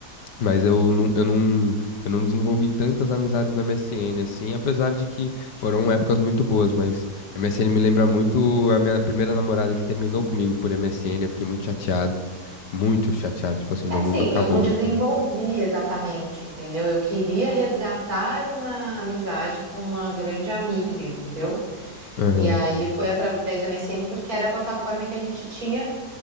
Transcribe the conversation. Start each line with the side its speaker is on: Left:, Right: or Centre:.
Left: Mas eu não, eu não, eu não desenvolvi tantas amizades no MSN, assim, apesar de que foram épocas muito boas, mas MSN me lembra muito a minha primeira namorada que terminou comigo por MSN, eu fiquei muito chateado, muito chateado, tipo assim, meu
Right: Assim,
Left: mundo acabou,
Right: eu não desenvolvi
Left: entendeu?
Right: exatamente, entendeu? Eu queria resgatar uma amizade com uma grande amiga, entendeu?
Left: Aham,
Right: E aí foi através do MSN, porque era a plataforma que a gente tinha